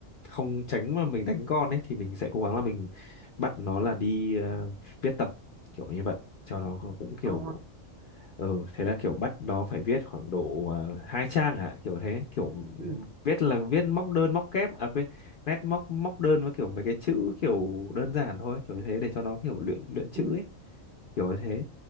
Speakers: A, on the left (about 60°); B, on the right (about 65°).
A: không tránh mà mình đánh con ấy thì mình sẽ cố gắng là mình bắt nó là đi ờ, viết tập kiểu như vậy cho nó cũng kiểu
B: Ờ.
A: ừ thế là kiểu bắt nó phải viết khoảng độ uh, hai trang hả kiểu thế kiểu
B: Ừ.
A: viết là viết móc đơn móc kép à quên nét móc móc đơn với kiểu mấy cái chữ kiểu đơn giản thôi kiểu như thế để cho nó kiểu luyện luyện chữ
B: Ừ.
A: ấy kiểu như thế